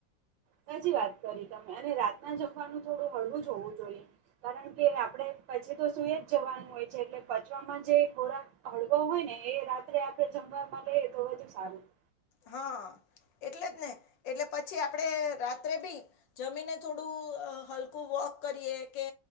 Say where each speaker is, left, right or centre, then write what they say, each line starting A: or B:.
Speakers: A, on the right (about 80°); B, on the left (about 80°).
A: સાચી વાત કરી તમે. અને રાતના જમવાનું થોડું હળવું જ હોવું જોઈએ. કારણ કે, આપડે પછી તો સુઈ જ જવાનું હોય છે. એટલે પચવામાં જે પણ જે ખોરાક હળવા હોય ને, એ રાત્રે આપડે જમવામાં લઈએ તો હજુ સારું.
B: હ, એટલે જ ને, એટલે પછી આપણે રાત્રે બી જમીને થોડું હલકું વોક કરીએ કે